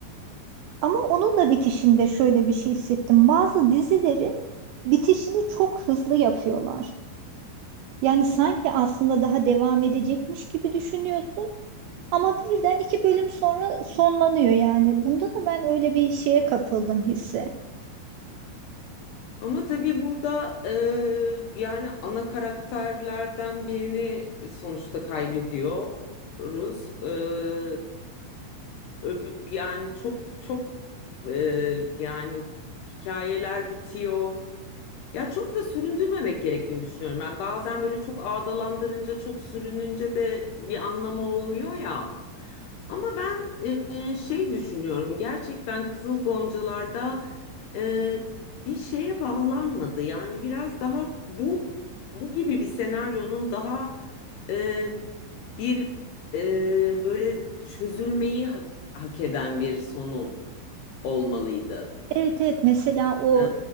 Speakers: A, on the right; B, on the left.
A: Ama onun da bitişinde şöyle bir şey hissettim. Bazı dizilerin bitişini çok hızlı yapıyorlar. Yani sanki aslında daha devam edecekmiş gibi düşünüyorsun. Ama birden iki bölüm sonra sonlanıyor yani. Bunda da ben öyle bir şeye kapıldım hisse.
B: ama tabii burada e, yani ana karakterlerden birini sonuçta kaybediyoruz. Ee, öbü- yani çok çok e, yani hikayeler bitiyor. Ya çok da süründürmemek gerektiğini düşünüyorum. Ben bazen böyle çok ağdalandırınca, çok sürününce de bir anlamı olmuyor ya. Ama ben e, şey düşünüyorum gerçekten Kızıl Goncalar'da e, bir şeye bağlanmadı. Yani biraz daha bu bu gibi bir senaryonun daha e, bir e, böyle çözülmeyi hak, hak eden bir sonu olmalıydı.
A: Evet evet mesela o
B: E,